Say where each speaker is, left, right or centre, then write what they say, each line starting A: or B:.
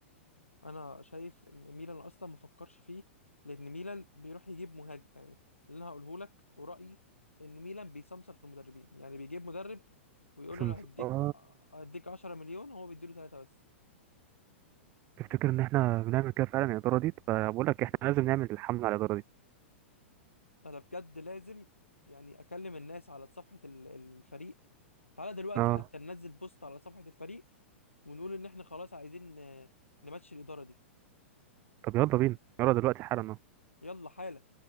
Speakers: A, on the left; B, on the right.
A: انا شايف ان ميلان اصلا ما فكرش فيه لان ميلان بيروح يجيب مهاجم يعني اللي انا هقوله لك ورأيي ان ميلان بيسمسر في المدربين يعني بيجيب مدرب ويقول
B: سمس...
A: له انا هديك
B: اه
A: هديك 10 مليون هو بيديله ثلاثة بس
B: تفتكر ان احنا بنعمل كده فعلا الاداره دي فبقول لك احنا لازم نعمل الحمله على الاداره دي
A: انا بجد لازم يعني اكلم الناس على صفحة ال- الفريق تعالى دلوقتي
B: اه
A: حتى ننزل بوست على صفحة الفريق ونقول ان احنا خلاص عايزين آه، نمشي الإدارة دي
B: طب يلا بينا يلا دلوقتي حالا
A: يلا حالا